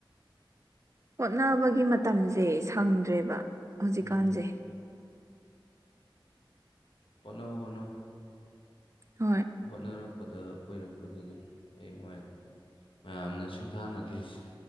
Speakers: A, on the right; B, on the left.
A: ꯍꯣꯠꯅꯕꯒꯤ ꯃꯇꯝꯁꯦ ꯁꯪꯗ꯭ꯔꯦꯕ ꯍꯧꯖꯤꯛꯀꯥꯟꯁꯦ
B: ꯎꯝ ꯍꯣꯠꯅꯧ ꯍꯣꯠꯅꯧ
A: ꯍꯣꯏ
B: <inaudible> ꯍꯣꯠꯅꯔꯛ ꯄꯗ ꯑꯣꯏꯔꯛꯄꯗꯨꯅꯤ ꯍꯌꯦꯡꯋꯥꯏ ꯃꯌꯥꯝꯅ ꯁꯤꯡꯊꯥꯅꯗꯣꯏꯁꯦ